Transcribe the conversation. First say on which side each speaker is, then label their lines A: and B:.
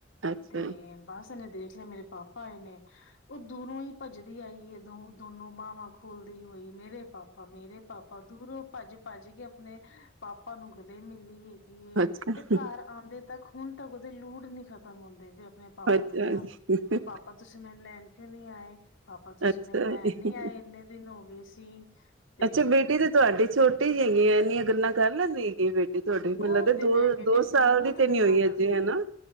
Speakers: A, on the right; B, on the left.
A: ਅੱਛਾ
B: ਤੇ ਬਸ ਨੇ ਦੇਖ ਲਿਆ ਮੇਰੇ ਪਾਪਾ ਆਏ ਨੇ ਉਹ ਦੂਰੋਂ ਹੀ ਭੱਜ ਦੀ ਆਈ ਉਦੋਂ ਦੋਨੋ ਬਾਹਵਾਂ ਖੋਲਦੀ ਹੋਈ ਮੇਰੇ ਪਾਪਾ ਮੇਰੇ ਪਾਪਾ ਦੂਰੋਂ ਭੱਜ-ਭੱਜ ਕੇ ਆਪਣੇ ਪਾਪਾ ਨੂੰ ਗਲੇ ਮਿਲਲੀ ਹੈਗੀ
A: ਅੱਛਾ
B: ਤੇ ਘਰ ਆਉਂਦੇ ਤੱਕ ਹੁਣ ਤ ਦੇ ਲੂੜ ਨੀ ਖ਼ਤਮ ਹੁੰਦੇ ਵੀ ਆਪਣੇ ਪਾਪਾ
A: ਅੱਛਾ
B: ਦੇ ਨਾਲ
A: ਅੱਛਾ
B: ਪਾਪਾ ਤੁਸੀਂ ਮੈਨੂੰ ਲੈਣ ਕਿਉਂ ਨਹੀਂੀ ਆਏ <inaudible> ਪਾਪਾ ਤੁਸੀਂ
A: ਅੱਛਾ
B: ਮੈਂ ਲੈਣ
A: ਜੀ
B: ਨੀ ਆਏ ਇੰਨੇ ਦਿਨ ਹੋ ਗਏ ਸੀ <inaudible> ਤੇ
A: ਅੱਛਾ, ਬੇਟੀ ਤੇ ਤੁਹਾਡੀ ਛੋਟੀ ਈਆਂ ਹੈਗੀਆ, ਇੰਨੀਆਂ ਗੱਲਾਂ ਕਰ ਲੈਂਦੀ ਏ। ਬੇਟੀ ਤੁਹਾਡੇ ਵੀ
B: ਉਹ
A: ਮੈਨੂੰ ਲੱਗਦਾ,
B: ਤੇ
A: ਦੋ
B: ਮੈਂ ਕਹਿੰਦੀ
A: ਦੋ ਸਾਲ
B: ਬਹੁਤ
A: ਦੀ ਤੇ ਨੀ
B: ਗੱਲਾਂ
A: ਹੋਈ,
B: ਕਰਦੀ
A: ਅਜੇ ਹਨਾ।
B: ਹੈ